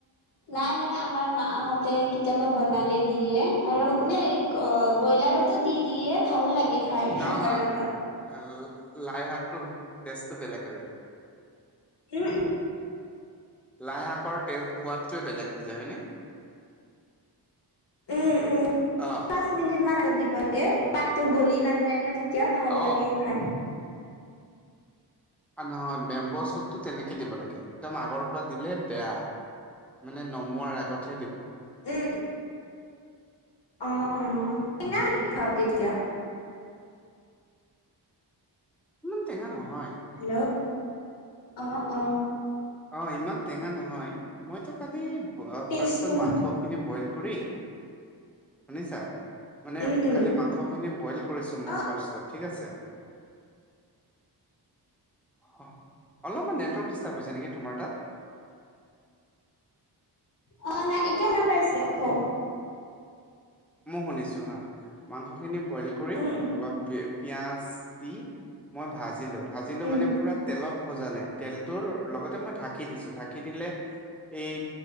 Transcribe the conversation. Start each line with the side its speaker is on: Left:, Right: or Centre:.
Left: নাই মানে আমাৰ মাহতে
Centre: উম
Left: কেতিয়াবা বনালে দিয়ে আৰু মানে
Centre: উম
Left: ব্ৰইলাৰতো দি দিয়ে ভাল লাগে খাই শাকৰ
Centre: অ
Left: লগত
Centre: অ লাই শাকটো তেজটো বেলেগ হৈ যায়
Left: স
Centre: লাই শাকৰ তে সোৱাদটোৱে বেলেগ হৈ যায় হয় নে
Left: উম উম
Centre: অ
Left: প মিনিট মানত দিবগে পাতো গলি নাযায় ন তেতিয়া ভাল
Centre: অ
Left: লাগে খাই
Centre: নহয় বেম্ব' চুটতো তেনেকে দিব লাগে একদম আগৰ পৰা দিলে বেয়া মানে নমোৱাৰ আগত
Left: উ অ অ নাই নেকি খাওঁতেতিয়া
Centre: ইমান টেঙা নহয়
Left: হেল্ল' অ অ
Centre: অ ইমান টেঙা নহয় মইতো খালি ফাৰ্ষত
Left: টেষ্টটো ভাল
Centre: মাংসখিনি বইল কৰি শুনিছা মানে
Left: উম উম
Centre: কালি মাংসখিনি বইল কৰিছো মোৰ
Left: অ
Centre: ফাৰ্ষত ঠিক আছে অলপমান নেটৱৰ্ক ডিষ্টাৰ্ব হৈছে নেকি তোমাৰ তাত
Left: অ নাই এতিয়াও নাপাইছ দিয়ক কওক
Centre: মই শুনিছো হা মাংসখিনি বইল কৰি
Left: উম
Centre: অলপ পিয়াজ দি মই ভাজিলো। ভাজিলো
Left: উম অ উম
Centre: মানে পুৰা তেলত ভজা নাই তেলটোৰ লগতে মই ঢাকি দিছো ঢাকি দিলে এই